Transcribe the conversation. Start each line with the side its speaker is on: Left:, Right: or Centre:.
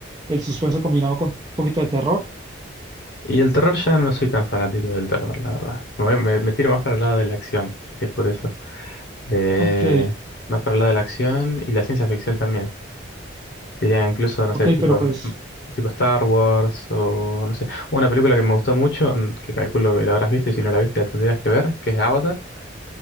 Right: el suspenso combinado con un poquito de terror.
Left: Y el terror ya no soy tan fanático del terror, la verdad. Me, me- me tiro más para el lado de la acción, si es por eso. Eh,
Right: Ok,
Left: más para el lado de la acción y la ciencia ficción también. Diría incluso, no
Right: ok,
Left: sé, tipo,
Right: pero pues,
Left: mm, tipo Star Wars o no sé. Una película que me gustó mucho, mm, que calculo que la habrás visto y si no la viste la tendrías que ver, que es Avatar.